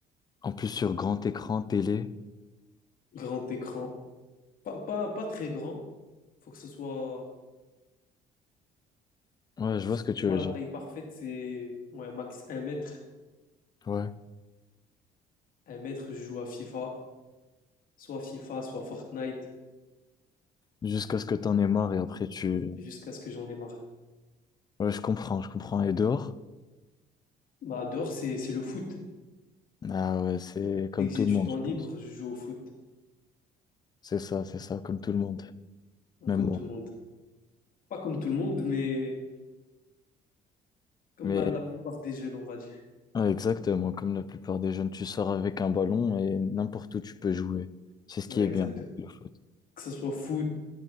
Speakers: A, on the left; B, on the left.
A: En plus, sur grand écran, télé.
B: Grand écran. Pas, pas, pas très grand. Faut que ce soit.
A: Ouais,
B: Faut
A: je
B: que
A: vois
B: ce-
A: ce
B: Pour
A: que tu
B: moi,
A: veux
B: la
A: dire.
B: taille parfaite, c'est ouais, max un mètre.
A: Ouais.
B: un mètre, je joue à FIFA. Soit FIFA, soit Fortnite,
A: Jusqu'à ce que t'en aies marre et après tu.
B: jusqu'à ce que j'en ai marre.
A: Ouais, je comprends, je comprends. Et dehors?
B: Bah, dehors, c'est, c'est le foot.
A: Ah ouais, c'est comme
B: Dès que
A: tout
B: j'ai
A: le
B: du
A: monde,
B: temps
A: je
B: libre,
A: pense.
B: je joue au foot,
A: C'est ça, c'est ça, comme tout le monde. Même
B: comme
A: moi.
B: tout le monde. Pas comme tout le monde, mais comme
A: Mais
B: la, la plupart des jeunes, on va dire.
A: ouais, exactement, comme la plupart des jeunes, tu sors avec un ballon et n'importe où tu peux jouer. C'est ce
B: Ouais,
A: qui est
B: exactement.
A: bien, le foot.
B: Que ce soit foot,